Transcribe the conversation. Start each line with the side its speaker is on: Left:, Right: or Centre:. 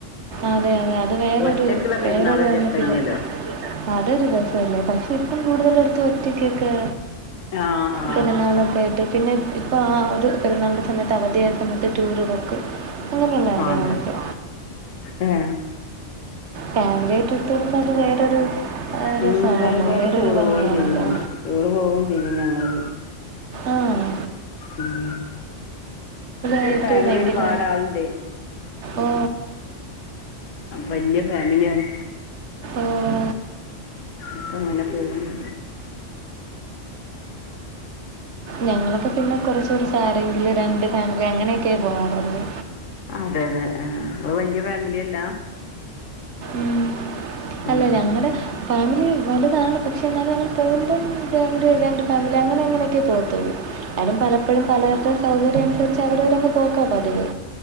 Right: അതെ അതെ അത് വേറൊരു
Left: ഒറ്റക്കുള്ള പെരുന്നാൾ
Right: വേറൊരു
Left: ഒരു
Right: വന്നിട്ട
Left: രസമില്ലല്ലോ
Right: അതൊരു രസല്ലേ പക്ഷെ ഇപ്പം കൂടുതല എടുത്ത് ഒറ്റക്കൊക്കെ
Left: ആ ആ
Right: പെരുന്നാളൊക്കെ പിന്നെ ഇപ്പോൾ ആഹ് ഒരു പെരുന്നാളുടെ സമയത്ത് അവധിയായ സമയത്ത് ടൂറ് ബോക്ക് അങ്ങനെയുള്ള കാര്
Left: അതെ
Right: അവക്കെ
Left: ഏ
Right: ഫാമിലിയായിട്ട് എടുത്ത <unintelligible> അത് വേറൊരു രസമാണല്ലോ
Left: ഉം ഫാമിലിയ ആയിട്ട്
Right: വേറൊരു
Left: ടൂർ
Right: ഭംഗിയാണല്ലോ
Left: പോവയും ചെയ്യും ടൂർ പോവയും ചെയ്യും ഞങ്ങള്
Right: ആഹ്
Left: ഉം
Right: ആയിട്ട്
Left: ഫാമിലി
Right: ഭയങ്കര
Left: ഒരുപാട് ആളണ്ട്
Right: ഓ
Left: വല്യ ഫാമിലിയാണ്
Right: ഓഹ്
Left: അപ്പ അങ്ങനെ പോകുന്നു
Right: ഞങ്ങളൊക്കെ പിന്നെ കൊറച്ചൂടി സാരങ്കില് രണ്ട് ഫാമിലി അങ്ങനെയൊക്കെയേ പോകറുള്ളൂ
Left: അതെ അതെ ആ നിങ്ങൾ വലിയ ഫാമിലി അല്ല
Right: ഉം അല്ല
Left: ഉം
Right: ഞങ്ങടെ ഫാമിലി വലുതാണ് പക്ഷേ എന്നാലും ഞങ്ങൾ പോകുമ്പം ജോയിൻറ് ചെയ്താൻണ്ട് ഫാമിലി അങ്ങനെ അങ്ങനെയൊക്കെ പോകത്തുള്ളൂ ആരും പലപ്പോഴും പലരുടെ സൗകര്യം അനുസരിച്ച് അവിടെവരങ്ങ് പോക്കാം പതിവ്